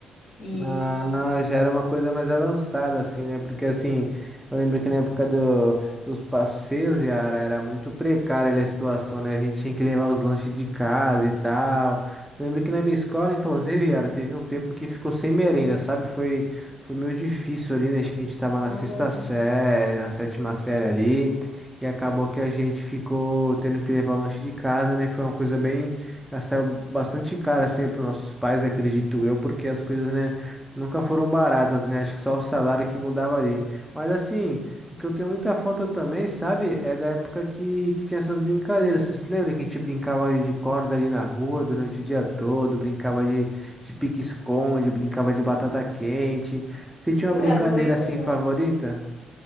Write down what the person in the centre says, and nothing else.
Ah, já era uma coisa mais avançada, assim, né? Porque, assim, eu lembro que na época do, dos passeios, Yara, era muito precária ali a situação, né? A gente tinha que levar os lanches de casa e tal. Lembro que na minha escola, inclusive, Yara, teve um tempo que ficou sem merenda, sabe? Foi, foi meio difícil ali, né? Acho que a gente tava na
sexta série, na sétima série ali. E acabou que a gente ficou tendo que levar o lanche de casa, né? Foi uma coisa bem. Já saiu bastante cara assim para nossos pais, acredito eu, porque as coisas, né? Nunca foram baratas, né? Acho que só o salário que mudava ali. Mas assim, o que eu tenho muita falta também, sabe? É da época que, que tinha essas brincadeiras. Vocês se lembram que a gente brincava ali de corda ali na rua durante o dia todo? Brincava de, de pique-esconde, brincava de batata quente. Você tinha uma
brincadeira
assim
favorita?